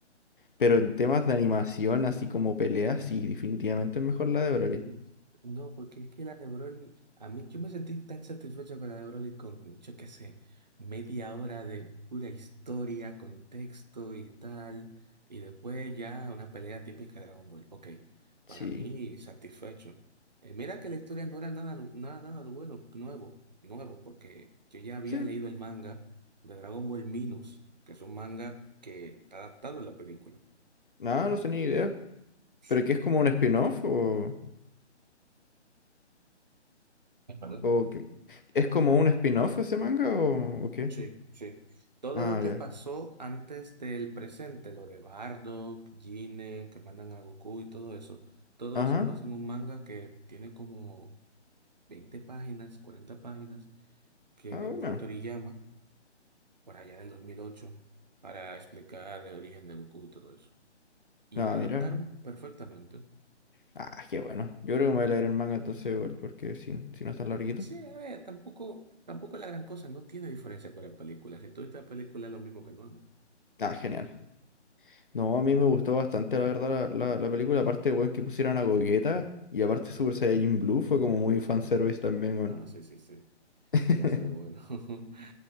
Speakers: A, on the left; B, on the right.
A: Pero en temas de animación, así como peleas, sí, definitivamente es mejor la de Broly.
B: Mm, No, porque es que la de Broly, a mí yo me sentí tan satisfecho con la de Broly con, yo qué sé, media hora de pura historia, contexto y tal, y después ya una pelea típica de Dragon Ball. Ok, para
A: Sí,
B: mí satisfecho. Eh, mira que la historia no era nada, nu- nada, nada bueno, nuevo, nuevo, porque yo ya había
A: sí,
B: leído el manga de Dragon Ball Minus, que es un manga que está adaptado en la película.
A: nada, no tenía idea.
B: Sí.
A: ¿Pero qué es como un spin-off o...?
B: Ajá.
A: Ok. ¿Es como un spin-off ese manga o, o qué?
B: Sí, sí. Todo
A: Ah,
B: lo que
A: ya.
B: pasó antes del presente, lo de Bardock, Gine, que mandan a Goku y todo eso, todo
A: Ajá.
B: eso pasa en un manga que tiene como 20 páginas, 40 páginas, que
A: Ah,
B: dibujó
A: bueno.
B: Toriyama por allá del 2008 para explicar el origen de Goku y todo eso. Y
A: Ah,
B: lo adaptaron
A: mira.
B: perfectamente.
A: Ah, qué bueno. Yo creo que me voy a leer el manga entonces igual, porque si, si no está larguito.
B: Sí, a ver, tampoco, tampoco la gran cosa, no tiene diferencia con la película. Si tú ves la película es lo mismo que el manga.
A: Ah, genial. No, a mí me gustó bastante, la verdad, la, la, la película. Aparte, weón, que pusieran a Gogeta. Y aparte Super Saiyajin Blue fue como muy fanservice también, weón.
B: No, sí, sí, sí.
A: <laughs>
B: Demasiado bueno. <laughs>